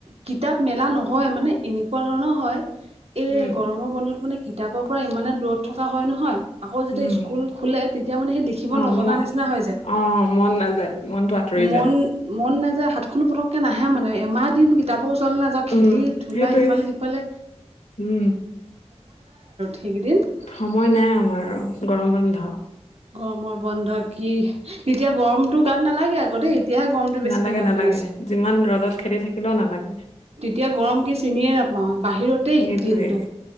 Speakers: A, on the right; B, on the left.
A: কিতাপ মেলা নহয়, মানে এনেকুৱা ধৰণৰ হয়, এই
B: উম
A: গৰমৰ বন্ধত মানে। কিতাপৰ পৰা ইমানে দূৰত থকা হয়-নহয়, আকৌ যেতিয়া
B: উম
A: স্কুল খোলে, তেতিয়া মানে সেই। লিখিব
B: অ,
A: নজনা
B: মন,
A: নিচিনা হৈ যায়
B: অ, মন নাযায়, মনটো আঁতৰি
A: মন
B: যায়।
A: মন নাযায়, হাতখনো পতক। তাকে নাহে মানে, এমাহ দিন কিতাপৰ ওচৰলৈ নাযাওঁ খেলি-ধূলা,
B: উম সেইটোৱে
A: ইফালে-সিফালে।
B: উম।
A: সেইকেইদিন
B: সময় নাই আমাৰ আৰু, গৰম বন্ধ।
A: গৰমৰ বন্ধ কি? তেতিয়া গৰমতো গাত নালাগে আকৌ দেই। এতিয়াহে গৰমটো বেছিকে
B: নালাগে-নালাগে,
A: গাত লাগিছে
B: যিমান ৰ'দত খেলি থাকিলেও নালাগে।
A: তেতিয়া গৰম কি চিনিয়ে নাপাওঁ, বাহিৰতেই
B: সেইটোৱে
A: দিনতো